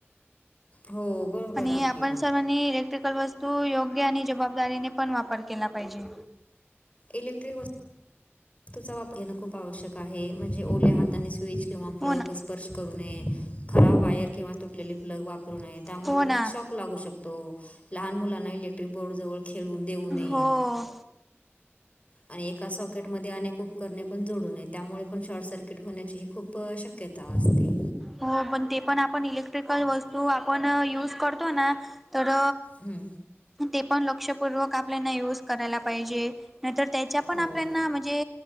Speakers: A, on the left; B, in the centre.
A: हो बरोबर
B: आणि
A: आहे
B: आपण
A: ना.
B: सर्वांनी इलेक्ट्रिकल वस्तू योग्य आणि जबाबदारीने पण वापर केला पाहिजे
A: इलेक्ट्रिक वस्तू वस्तूचा वापर घेणं खूप आवश्यक आहे म्हणजे ओल्या हाताने स्विच किंवा प्लग
B: हो ना
A: स्पर्श करू ने खराब वायर किंवा तुटलेली प्लग वापर त्यामुळे
B: हो
A: पण
B: ना
A: एक शक लाू शकतो लहान मुलाना इलेक्ट्रिक बोर् जवळ खे देऊ नये
B: हो.
A: आणि एका सॉकेटमध्ये अनेक उपकरणे पण जोडूय त्यामुळे पण शॉर्ट सर्किट होण्याची ह खूप शक्य शक्यता अ असते
B: हो पण ते पण आपण इलेक्ट्रिकल वस्तू आपण युज करतो ना तर
A: हं,
B: ते पण लक्षपूर्वक आपल्याना युज करायला पाहिजे नाहीतर त्याच्या पण
A: हो.
B: आपल्याना म्हणजे